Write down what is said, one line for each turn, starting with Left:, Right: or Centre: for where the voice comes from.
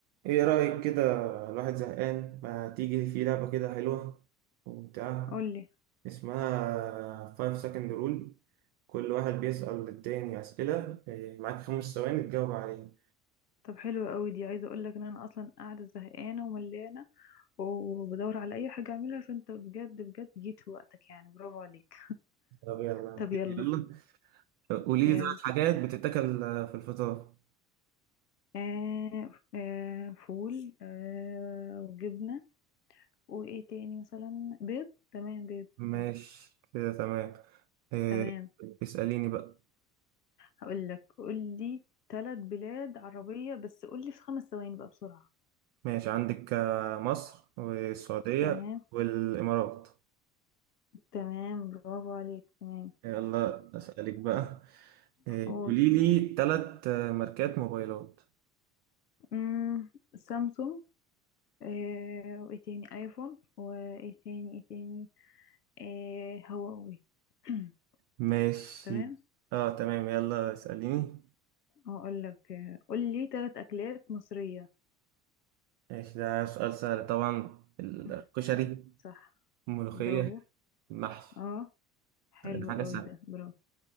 Right: ايه رأيك كده الواحد زهقان ما تيجي في لعبة كده حلوة وممتعة
Left: قولي
Right: اسمها 5 second rule كل واحد بيسأل التاني أسئلة إيه، معاك خمس ثواني تجاوب عليها
Left: طب حلو قوي دي عايزه اقول لك ان انا اصلا قاعده زهقانه وملانه وبدور على اي حاجه اعملها فانت بجد بجد جيت في وقتك يعني برافو عليك
Right: طب يلا
Left: طب
Right: نبتدي.
Left: يلا
Right: يلا قولي
Left: يلا
Right: لي ثلاث حاجات بتتاكل في الفطار
Left: آه آه فول آه وجبنه وايه تاني مثلا بيض تمام بيض
Right: ماشي
Left: اه
Right: كده تمام إيه،
Left: تمام
Right: اسأليني بقى
Left: هقول لك قولي ثلاث بلاد عربيه بس قولي في خمس ثواني بقى بسرعه
Right: ماشي عندك آه، مصر والسعودية
Left: تمام
Right: والإمارات
Left: تمام برافو عليك تمام
Right: يلا أسألك بقى إيه،
Left: هقول
Right: قولي لي ثلاث ماركات موبايلات
Left: أمم، سامسونج آه وايه تاني ايفون وايه تاني ايه تاني آه هواوي <clears throat>
Right: ماشي
Left: تمام
Right: اه تمام يلا اسأليني
Left: هقول لك قول لي ثلاث اكلات مصرية
Right: ماشي ده سؤال سهل طبعا الكشري
Left: <laughs> صح
Right: الملوخية
Left: برافو
Right: المحشي
Left: اه حلو
Right: يعني حاجة
Left: قوي
Right: سهلة
Left: ده برافو